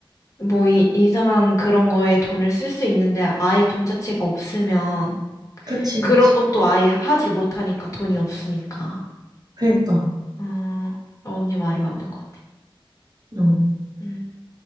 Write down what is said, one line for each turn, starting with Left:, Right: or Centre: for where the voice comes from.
Left: 뭐, 이, 이상한 그런 거에 돈을 쓸 수 있는데 아예 돈 자체가 없으면
Right: 그치,
Left: 그런
Right: 그치.
Left: 것도 아예 하질 못하니까 돈이 없으니까.
Right: 그러니까.
Left: 어... 언니 말이 맞는 것 같아.
Right: 어.
Left: 음,